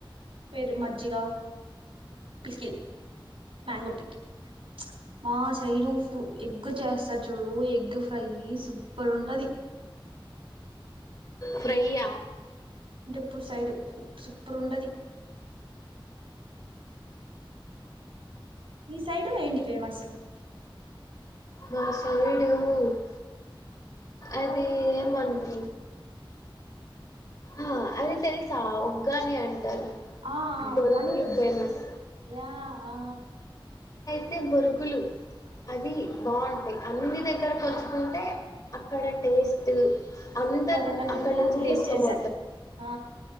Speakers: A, on the right; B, on the left.
A: పెరు మజ్జిగ పిస్కెట్ మ్యాంగో పీక్కి మా సైడు తు ఎగ్ చేస్తారు. చూడు ఎగ్ ఫ్రై సూపర్ ఉంటది.
B: ఫ్రై య్యా
A: ప్పూర్ సైడు సూపర్ ఉంటది. మీ సైడు ఏంటి ఫేమస్
B: మా సు కోవిడ్ అది ఏం మంత్ ఆ అది తెలుస ఉగ్గని అంటారు.
A: ఆ ఆ
B: బొరుగులు
A: ఉగ్గని బజ్జి
B: ఫేమస్
A: యా ఆ
B: తే బొరుగులు అవి బాగుంటాయి అన్ని దగ్గర పోలుచుకుంటే అక్కడ టేస్ట్ అందరు
A: సూపర్ ఉంటది
B: అక్కడ
A: ఇయర్
B: నుంచి
A: టేస్ట్
B: తీసుకబో
A: చేసా ఆ